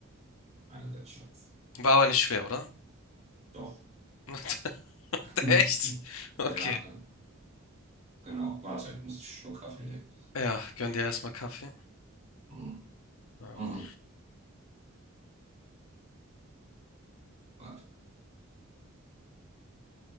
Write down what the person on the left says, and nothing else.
War aber nicht schwer, oder?
<laughs>
Echt? Okay.
Ja, gönn dir erstmal Kaffee.
Ja.